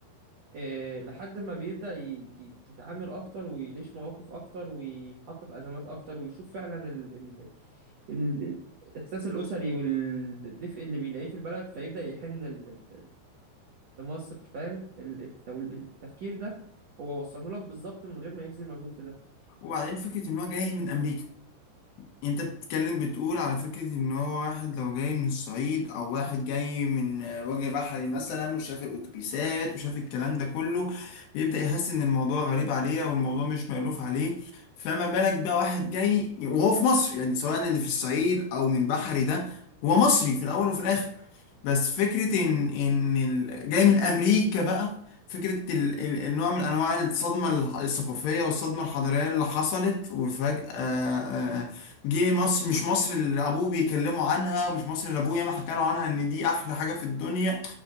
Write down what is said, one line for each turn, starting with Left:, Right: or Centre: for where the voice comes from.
Right: إيه لحد ما بيبدأ ي- ي- يتعامل اكتر ويعيش مواقف اكتر ويتحط في ازمات اكتر ويشوف فعلا ال ال ال ال- الاحساس الاسري والدفء اللي بيلاقيه في البلد فيبدأ يحن ال- ال- لمصر فاهم ال- التو- التفكير ده هو وصله لك بالظبط من غير ما يبذل مجهود في ده
Left: وبعدين فكره ان هو جاي من امريكا انت بتتكلم بتقول على فكرة ان هو واحد لو جاي من الصعيد او واحد جاي من آه، وجه بحري مثلا وشاف الاتوبيسات وشاف الكلام ده كله بيبدأ يحس ان الموضوع غريب عليه او الموضوع مش مألوف عليه فما بالك بقى واحد جاي وهو في مصر يعني سواء اللي في الصعيد او من بحري ده هو مصري في الاول وفي الاخر بس فكرة إن إن ال- جاي من أمريكا بقى فكرة ال... ال... النوع من أنواع الصدمة الح- الثقافية والصدمة الحضارية اللي حصلت وفجأة آه، آه، آه، جه مصر مش مصر اللي أبوه بيكلموا عنها ومش مصر اللي أبوه ياما حكى له عنها إن دي أحلى حاجة في الدنيا